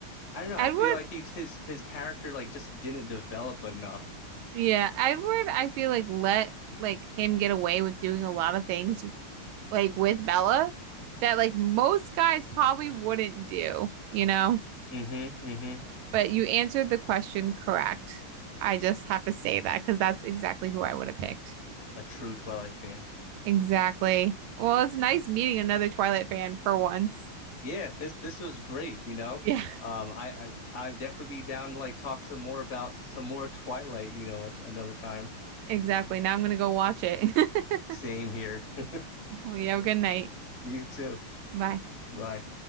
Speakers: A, on the left; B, on the right.
A: I don't know
B: Edward,
A: I feel like he his his character like just didn't develop enough.
B: yeah, Edward, I feel like let like him get away with doing a lot of things like with Bella that like most guys probably wouldn't do, you know?
A: hmm hmm
B: But you answered the question correct. I just have to say that because that's exactly who I would have picked.
A: <laughs> A true Twilight fan.
B: Exactly. Well, it's nice meeting another Twilight fan for once.
A: Yeah, this this was great, you know.
B: Yeah,
A: Um, I I I'd definitely be down to like talk some more about some more Twilight, you know, another time.
B: <laughs> exactly. Now I'm gonna go watch it. <laughs>
A: Same here. <laughs>
B: Well, you have a good night.
A: You too.
B: Bye.
A: Bye.